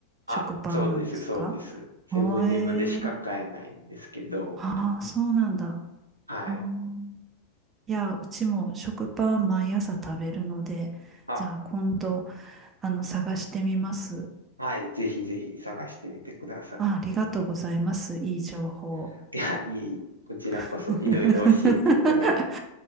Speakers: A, on the right; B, on the right.
A: あ、
B: 食パンなんですか
A: そうです、そうです。セブンイレブンでしか買えないんですけど、
B: あええああ、そうなんだ。
A: はい。
B: ああ、いや、うちも食パン毎朝食べるので、
A: あ、
B: じゃあ今度、あの、探してみます。
A: はい、ぜひぜひ探してみてください。
B: あ、ありがとうございます。いい情報。
A: <laughs> いや、いえいえ、こちらこそいろいろ教えていただいて
B: <laughs>